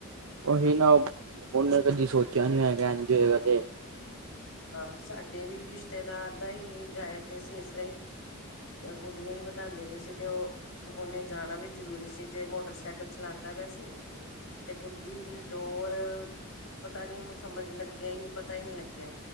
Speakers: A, on the right (about 80°); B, on the left (about 75°).
A: ਉਹੀ ਨਾ ਉਹਨੇ ਕਦੀ ਸੋਚਿਆ ਨੀ ਹੋਏਗਾ ਇੰਜ ਹੋਏਗਾ ਤੇ
B: ਹਾਂ ਸਾਡੇ ਵੀ ਰਿਸ਼ਤੇਦਾਰ ਤਾਂ ਹੀ ਜਾ ਆਦੇ ਸੀ ਇਸ ਤਰ੍ਹਾਂ ਹੀ ਗੁੱਡੀਆਂ ਹੀ ਵਧਾਉਂਦੇ ਪਏ ਸੀ ਤੇ ਉਹ ਉਹਨੇ ਜਾਣਾ ਵੀ ਜਰੂਰੀ ਸੀ ਤੇ ਮੋਟਰਸਾਈਕਲ ਚਲਾਉਂਦਾ ਪਿਆ ਸੀ। ਤੇ ਗੁੱਡੀ ਦੀ ਡੋਰ ਪਤਾ ਨੀ ਉਹਨੂੰ ਸਮਝ ਲੱਗਿਆ ਹੀ ਨਹੀਂ ਪਤਾ ਹੀ ਨਹੀਂ ਲੱਗਿਆ।